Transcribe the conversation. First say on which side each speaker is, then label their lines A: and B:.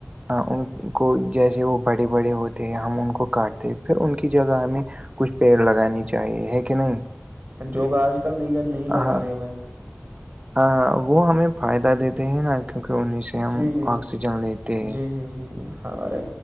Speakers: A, on the right; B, on the right.
A: ہاں ان کو جیسے وہ بڑے بڑے ہوتے ہیں ہم ان کو کاٹتے پھر ان کی جگہ ہمیں کچھ پیڑ لگانی چاہیے ہے کہ نہیں
B: جو کہ آج کل نگر نہیں لگا
A: ہاں
B: رہے ہے بھائی جان
A: ہاں وہ ہمیں فائدہ دیتے ہیں نا کیونکہ انہیں سے ہم
B: جی جی
A: آکسیجن لیتے ہیں
B: جی جی جی جی ہاں ارے